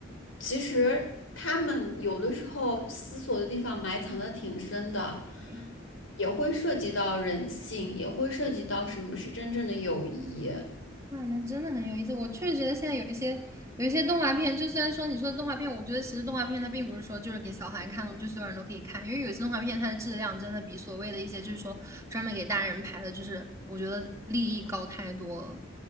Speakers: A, on the left (about 75°); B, on the right (about 15°).
A: 其实他们有的时候思索的地方埋藏的挺深的，
B: 嗯，
A: 也会涉及到人性，也会涉及到什么是真正的友谊。
B: 那那真的很有意思。我确实觉得现在有一些有一些动画片，就虽然说你说的动画片，我觉得其实动画片它并不是说就是给小孩看的，就所有人都可以看，因为有些动画片它的质量真的比所谓的一些就是说专门给大人拍的，就是我觉得利益高太多了。